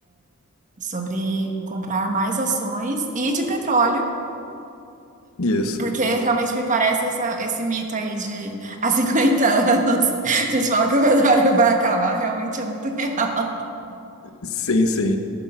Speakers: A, on the right; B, on the left.
A: sobre comprar mais ações e de petróleo,
B: Isso.
A: porque realmente me parece essa- esse mito aí de há 50 anos. <laughs> A gente fala que o petróleo vai acabar, realmente é muito <laughs> real.
B: Sim, sim.